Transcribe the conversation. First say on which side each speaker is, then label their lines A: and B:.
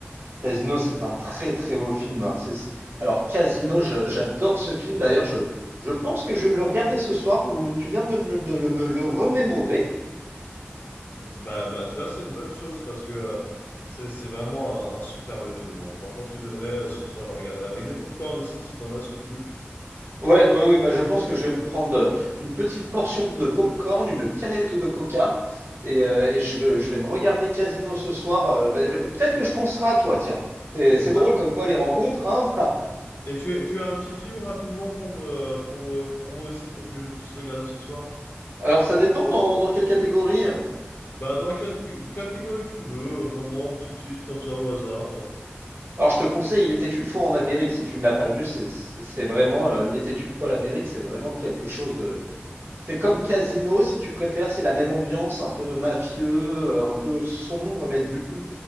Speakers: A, on the right; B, on the left.
A: Casino, c'est un très très beau film. hein. C'est- c'est- alors, Casino, je- j'adore ce film. D'ailleurs, je, je pense que je vais me le regarder ce soir. Ou tu viens de me, de le- me le remémorer.
B: Bah, bah, tu vois, c'est une bonne chose, parce que euh, c'est, c'est vraiment un, un superbe film, hein. Franchement, tu devrais euh, ce soir le regarder, avec des pop aussi, si t'en as sous le coude.
A: Ouais, ouais, ouais, bah je pense que je vais me prendre euh, une petite portion de popcorn, une canette de coca, et, euh, et je vais, je vais me regarder Casino ce soir. euh, bah, euh, peut-être que je penserai à toi, tiens. C'est, c'est
B: Et ben
A: drôle comme quoi les rencontres, hein.
B: Et tu, es- tu as un petit film rapidement pour me, pour me, pour moi aussi, pour que je puisse regarder ce soir?
A: <laughs> Alors ça dépend dans, dans quelle catégorie.
B: Bah, dans la cat- catégorie que tu veux, euh, vraiment un petit titre comme ça au hasard.
A: Alors je te conseille, il était une fois en Amérique, si tu ne l'as pas vu, c'est, c'est c'est vraiment, euh, il était une fois l'Amérique, c'est vraiment quelque chose de, C'est comme Casino, si tu préfères, c'est la même ambiance, un peu mafieux, euh, un peu sombre, mais du coup,